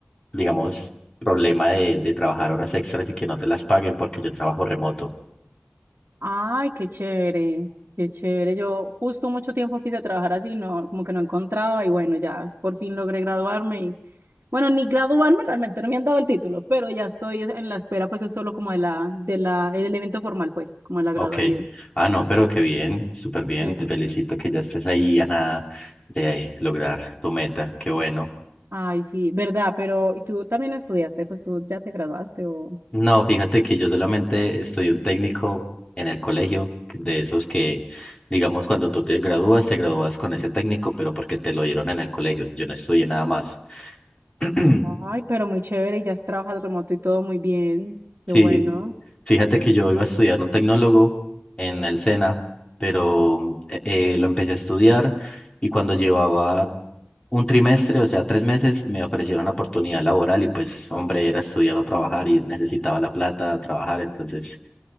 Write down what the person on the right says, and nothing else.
Ay, qué chévere, qué chévere. Yo justo mucho tiempo quise trabajar así, no, como que no encontraba y bueno, ya por fin logré graduarme y bueno, ni graduarme realmente, no me han dado el título, pero ya estoy en la espera, pues es solo como de la, de la, el evento formal, pues, como de la graduación.
Pero,
ay, sí, verdad, pero ¿y tú también estudiaste? Pues tú ya te graduaste o.
Ay, pero muy chévere y ya trabajas remoto y todo muy bien.
Qué bueno.